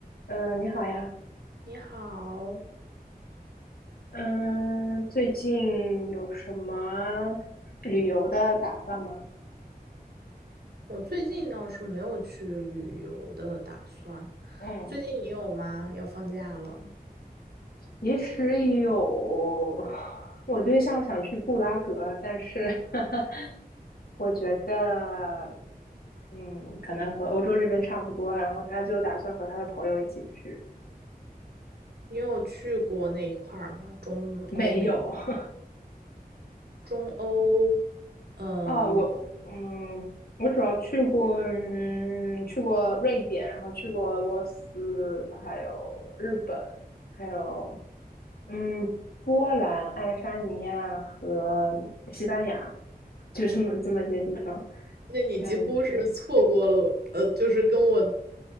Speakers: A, on the left; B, on the right.
A: 嗯，你好呀。
B: 你好，
A: 嗯，最近有什么旅游的打算吗？
B: 我最近倒是没有去旅游的打算。
A: 嗯，
B: 最近你有吗？要放假了，
A: 其实有，<sighs> 我对象想去布拉格，但是 <laughs> 我觉得，嗯，可能和欧洲这边差不多啊，然后他就打算和他的朋友一起去。
B: 你有去过那一块儿吗？中欧那一块儿
A: 没有，<laughs>
B: 中欧，嗯，
A: 啊，我嗯，我主要去过嗯，去过瑞典，然后去过俄罗斯，还有日本，还有嗯，波兰、爱沙尼亚和西班牙，就这么这么些地方，
B: 那你几乎是错过了，
A: 感觉。
B: 呃，就是跟我